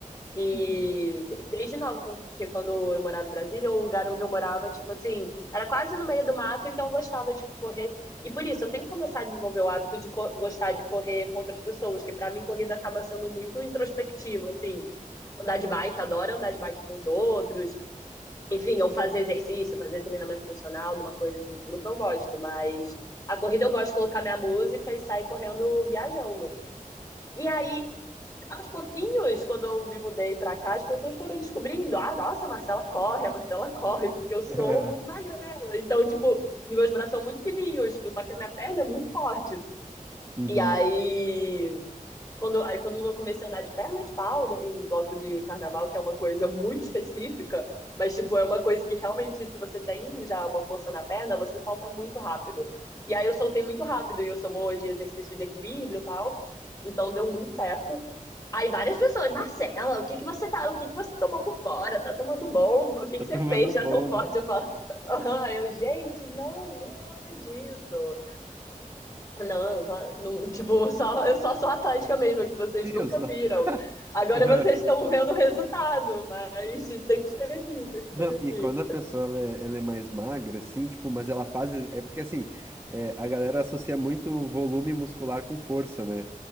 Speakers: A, on the left (about 25°); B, on the right (about 15°).
A: E
B: Uhum.
A: desde nova, porque quando eu morava em Brasília, o lugar onde eu morava, tipo assim, era quase no meio do mato, então eu gostava de correr. E por isso, eu tenho que começar a desenvolver o hábito de co- gostar de correr com outras pessoas, que pra mim corrida acaba sendo muito introspectiva, assim. Andar de bike, adoro andar de bike com os outros enfim, ou fazer exercício, fazer treinamento funcional, alguma coisa assim, grupo eu gosto, mas a corrida eu gosto de colocar minha música e sair correndo viajando. E aí, aos pouquinhos, quando eu me mudei pra cá, as pessoas foram descobrindo: ah, nossa, a Marcela corre, a Marcela corre, porque eu sou
B: <laughs>
A: muito magrela. Então, tipo, meus braços são muito fininhos, tipo, só que a minha perna é muito forte.
B: Uhum.
A: E aí quando, aí quando eu comecei a andar de perna de pau no- em bloco de carnaval, que é uma coisa muito específica, mas tipo, é uma coisa que realmente, se você tem já uma força na perna, você solta muito rápido. E aí eu soltei muito rápido, e eu sou boa de exercício de equilíbrio e tal. Então deu muito certo. Aí várias pessoas, Marcela, o que que você tá, o que que você tomou por fora? Tá tomando bomba? O que
B: Tá
A: que
B: tomando
A: você fez já
B: bomba.
A: tão forte? Eu falo, <laughs> aham, eu, gente, não, não é nada disso. Não, claro, não, tipo, <laughs> só, eu só sou atlética mesmo, é que vocês
B: Sim,
A: nunca
B: eu só. <laughs>
A: viram. Agora vocês estão vendo o resultado, mas sempre esteve aqui, sempre esteve
B: Não,
A: aqui.
B: e quando a pessoa ela é, ela é mais magra, assim, tipo, mas ela faz. É porque assim, é, a galera associa muito volume muscular com força, né?